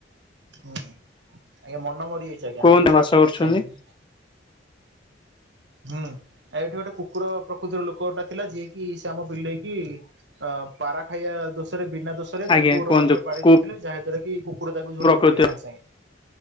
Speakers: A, on the right (about 65°); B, on the left (about 25°).
A: ହୁଁ ଆଜ୍ଞା ମନ ମନ ମରି ଯାଇଛି ଆଜ୍ଞା
B: କୁହନ୍ତୁ
A: ଆଉ କିଛି
B: ବାସ
A: ରଖିବାକୁ
B: କରୁଛନ୍ତି
A: ଇଚ୍ଛା ନାହିଁ। ହୁଁ ଆଉ ଏଠି ଗୋଟେ କୁକୁର ପ୍ରକୃତିର ଲୋକ ଗୋଟା ଥିଲା ଯିଏକି ସେ ଆମ ବିଲେଇ କି ଅ ପାରା ଖାଇବା ଦୋଷରେ ବିନା ଦୋଷରେ
B: ଆଜ୍ଞା
A: ତାଙ୍କୁ
B: କୁହନ୍ତୁ
A: ରଡ୍ ରେ ବାଡେଇ
B: କୋଉ
A: ଦେଇଥିଲେ ଯାହା ଦ୍ଵାରା କି କୁକୁର ତାକୁ ଝୁଣି
B: ପ୍ରକୃତି
A: ପକେଇଲେ ସାଙ୍ଗେ ସାଙ୍ଗେ।